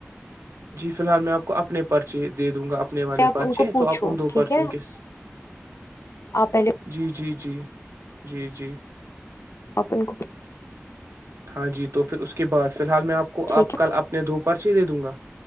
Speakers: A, on the right; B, on the left.
A: جی فی الحال میں آپ کو اپنے پرچے دے دوں گا اپنے والے
B: آپ
A: پرچے
B: ان کو
A: ہیں
B: پوچھو
A: تو آپ ان دو
B: ٹھیک
A: پرچوں
B: ہے
A: کے
B: آپ پہلے
A: جی جی جی ت جی
B: اپن کو
A: ہاں جی تو پھر اس کے بعد فی الحال میں آپ کو
B: ٹھیک
A: اپ
B: ہے
A: کل اپنے دو پرچی دے دوں گا